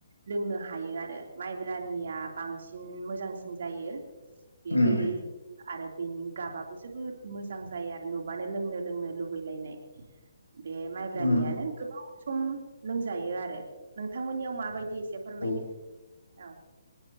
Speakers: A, on the right; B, on the left.
A: लोंनो हायो आरो माइब्रानिया बांसिन मोजांसिन जायो।
B: उम
A: बेयो गोदै आरो बेनि गाबाबो जोबोद मोजां जायो आरो नुबानो लोंनो लोंनो लुबैलायनाय। बे माइब्रानियानो
B: उम
A: गोबाव सम लोंजायो आरो नोंथांमोननियाव माबायदि एसे फोरमायदो
B: औ
A: औ